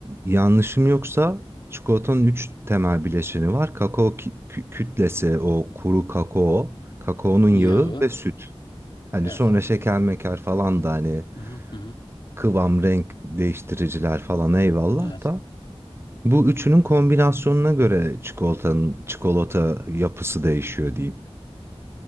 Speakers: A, on the right (about 25°); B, on the left (about 50°).
A: yanlışım yoksa çikolatanın üç temel bileşeni var. Kakao kü- kü- kütlesi, o kuru kakao, kakaonun yağı
B: Yağı.
A: ve süt. Hani
B: Evet.
A: sonra şeker meker falan da hani
B: Hı hı hı. hı.
A: kıvam, renk değiştiriciler falan eyvallah
B: Evet.
A: da bu üçünün kombinasyonuna göre çikolatanın çikolata yapısı değişiyor diyeyim.